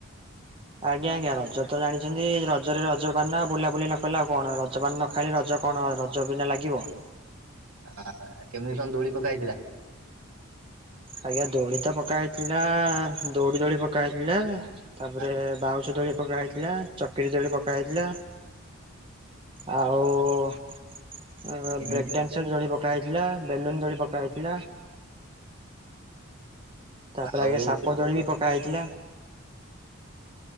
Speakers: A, on the right; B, on the right.
A: ଆଜ୍ଞା ଆଜ୍ଞା ରଜ ତ ଜାଣିଛନ୍ତି ରଜରେ ରଜ ପାନ ବୁଲାବୁଲି ନ କଲେ ଆଉ କଣ। ରଜ ପାନ ଖାଲି ରଜ କଣ ରଜ ବିନା ଲାଗିବ।
B: ଆ କେମିତି କଣ ଦୋଳି ପକାହେଇଥିଲା?
A: ଆଜ୍ଞା ଦୋଳି ତ ପକା ହେଇଥିଲା ଦଉଡି ଦୌଡି ପକା ହେଇଥିଲା। ତାପରେ
B: ଆ,
A: ବାଉଁଶ ଦୋଳି ପକା ହେଇଥିଲା। ଚକିରି ଦୋଳି ପକା ହେଇଥିଲା। ଆଉ ଅ
B: କେମିତି
A: ବ୍ରେକ୍ ଡ୍ୟାନ୍ସର ଦୋଳି ପକା ହେଇଥିଲା। ବେଲୁନ ଦୋଳି ପକା ହେଇଥିଲା। ତାପରେ
B: ଆଉ
A: ଆଜ୍ଞା
B: ଓହୋ
A: ସାପ ଦୋଳି ବି ପକା ହେଇଥିଲା।